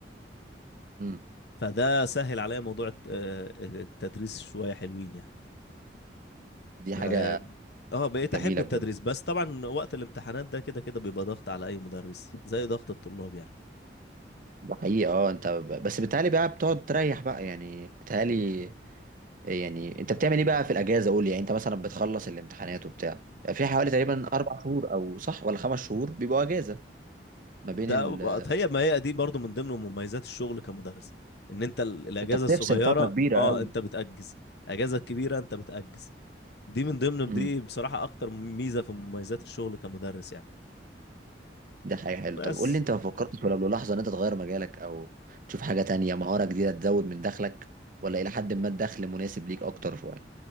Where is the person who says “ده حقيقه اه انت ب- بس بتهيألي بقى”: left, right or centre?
Right